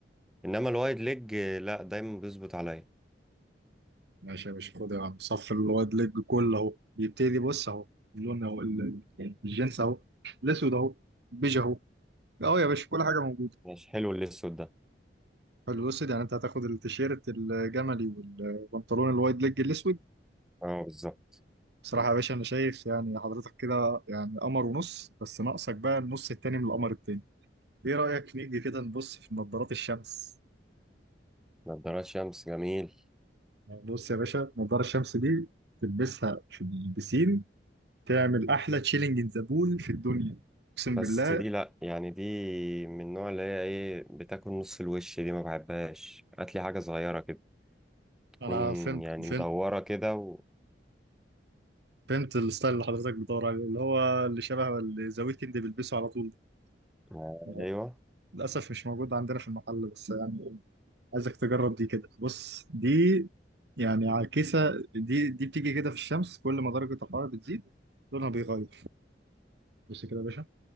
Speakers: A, in the centre; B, on the right.
A: انما الوايد ليج لا دايما بيظبط عليا
B: ماشي يا باشا خد يا عم صف الوايد ليج كله اهو بيبتدي بص اهو اللون اهو ال- الجنس اهو الاسود اهو بيج اهو اه يا باشا كل حاجه موجوده
A: مش حلو الاسود ده
B: حلو الاسود يعني انت هتاخد التيشيرت الجملي والبنطلون الوايد ليج الاسود
A: اه بالظبط
B: بصراحه يا باشا انا شايف يعني حضرتك كده يعني قمر ونص بس ناقصك بقى النص التاني من القمر التاني ايه رايك نيجي كده نبص في نظارات الشمس
A: نضارات شمس جميل
B: بص يا باشا نظارة الشمس دي تلبسها في البسين تعمل أحلى تشيلنج إن ذا بول في الدنيا أقسم
A: بس
B: بالله
A: دي لا يعني دي من النوع اللي هي ايه بتاكل نص الوش دي ما بحبهاش هات لي حاجه صغيره كده تكون
B: أنا فهمت
A: يعني
B: فهمت
A: مدوره كده و...
B: فهمت الستايل اللي حضرتك بتدور عليه اللي هو اللي شبه اللي ذا ويكند بيلبسه على طول ده
A: آه،
B: آه،
A: ايوه
B: للأسف مش موجود عندنا في المحل بس يعني عايزك تجرب دي كده بص دي يعني عكسة دي دي بتيجي كده في الشمس كل ما درجة الحرارة بتزيد لونها بيغير بص كده يا باشا